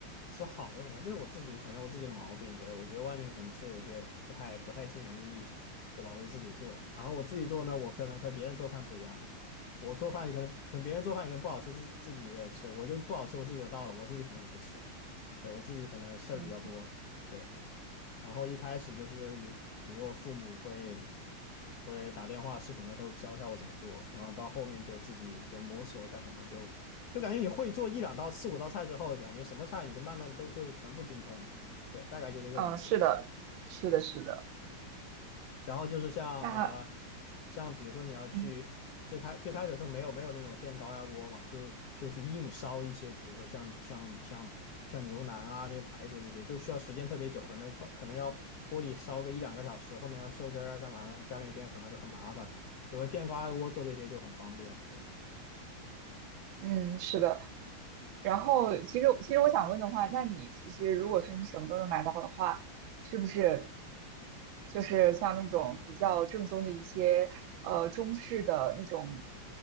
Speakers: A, on the left; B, on the right.
A: 吃好的东西啊就是我自己可能我自己的毛病。对，我觉得外面可能吃的有些不太不太尽人意，对吧？我就自己做，然后我自己做呢，我可能和别人做饭不一样，我做饭也可能和别人做饭也可能不好吃，自自己也吃，我就不好吃我自己就倒了，我自己可能也不吃，对，我自己可能事儿比较多。
B: 嗯
A: 对。然后一开始就是有，比如我父母会会打电话视频的时候教一下我怎么做，然后到后面就自己就摸索干什么，就就感觉你会做一两道、四五道菜之后，感觉什么菜你就慢慢都就全部精通了，对，大概就这个感觉，
B: 嗯，是的，是的，
A: 对。
B: 是的。
A: 然后就是像啊、
B: 那
A: 呃像比如说你要去最开最开始的时候没有没有那种电高压锅嘛，
B: 嗯
A: 就是就去硬烧一些，比如说像像像像牛腩啊这些排骨这些，就需要时间特别久，可能快可能要锅里烧个一两个小时，后面要收汁儿啊干嘛的，加点淀粉啊就很麻烦。有个电高压锅做这些就很方便，对，
B: 嗯，是的。然后，其实其实我想问的话，那你其实如果说你什么都能买到的话，是不是就是像那种比较正宗的一些呃中式的那种